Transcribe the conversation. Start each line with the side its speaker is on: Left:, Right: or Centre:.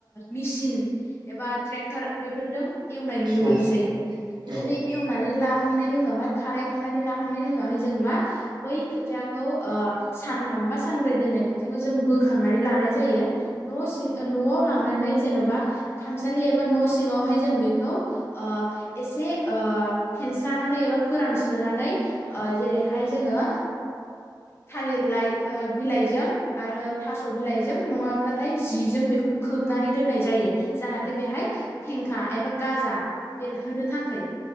Left: मेसिन एबा ट्रेक्टर बेफोरजों एवनाय नुनो
Right: औ
Left: मोनसै
Right: औ
Left: बिदिनो
Right: औ
Left: एवनानै ला खांनायनि उनावहाय खारखांनानै लाखांनायनि उनावहाय जों मा बै खोथियाखौ सानथाम बा सानब्रै दोननाय खोथिखौ जों बोखांनानै लानाय जायो न' न'आव लांनानै जेन'बा खामसालि एबा न' सिंङावहाय जों बेखौ एसे फेनस्रानानै एबा फोरानस्रोनानै जेरैहाय जोंङो थालिर लाइ बिलाइजों आरो थास' बिलाइजों नङाब्लाथाय जिजों खोबनानै दोननाय जायो जाहाथे बेहाय फेंखा एबा गाजा बेरहोनो थाखोय